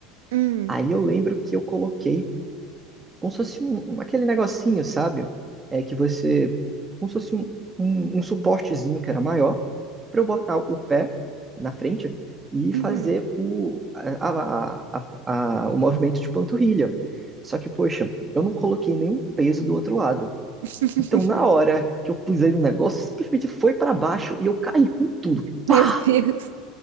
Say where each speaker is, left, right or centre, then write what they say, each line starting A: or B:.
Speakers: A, on the right (about 85°); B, on the right (about 20°).
A: Hum,
B: Aí eu lembro que eu coloquei como se fosse um, um- aquele negocinho, sabe? É que você, como se fosse um, um, um suportezinho que era maior, para eu botar o pé na frente e fazer
A: uhum.
B: o, a, a, a, a- o movimento de panturrilha. Só que, poxa, eu não coloquei nenhum peso do outro lado.
A: <laughs>
B: Então, na hora que eu pusei no negócio, simplesmente foi para baixo e eu caí com tudo. Pá!
A: Meu Deus.